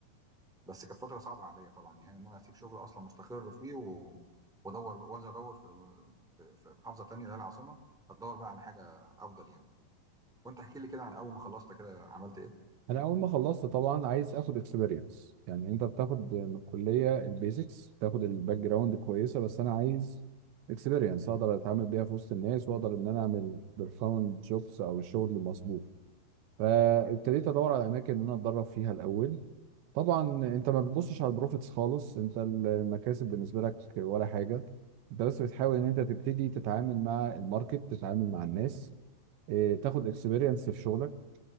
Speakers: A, in the centre; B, on the right.
A: بس كانت فتره صعبه عليا طبعا يعني ان انا اسيب شغل اصلا مستقر فيه و... وادور وانزل ادور في في في محافظه تانية اللي هي العاصمه ادور بقى على حاجه افضل يعني وانت احكي لي كده عن اول ما خلصت كده عملت ايه
B: انا اول ما خلصت طبعا عايز اخد اكسبيرينس يعني انت بتاخد من الكلية البيزكس بتاخد الباك جراوند كويسة بس انا عايز اكسبيرينس اقدر اتعامل بيها في وسط الناس واقدر ان انا اعمل بيرفورم جوبس او الشغل المظبوط فابتديت ادور على اماكن ان انا اتدرب فيها الاول طبعا انت ما بتبصش على البروفيتس خالص انت المكاسب بالنسبه لك ولا حاجه انت بس بتحاول ان انت تبتدي تتعامل مع الماركت تتعامل مع الناس اه، تاخد اكسبيرينس في شغلك